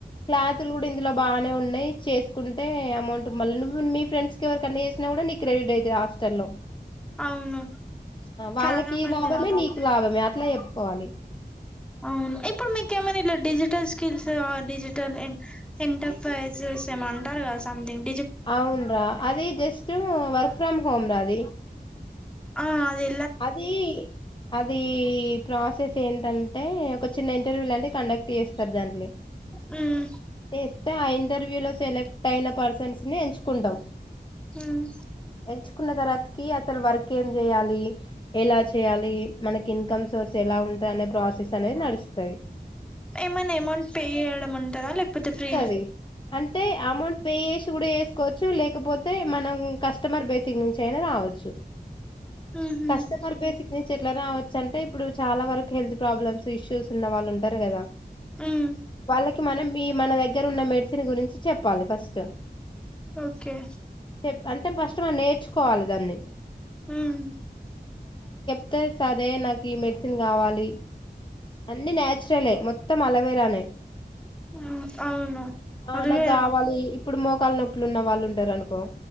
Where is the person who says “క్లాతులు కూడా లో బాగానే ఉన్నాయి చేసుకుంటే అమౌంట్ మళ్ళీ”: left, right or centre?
Left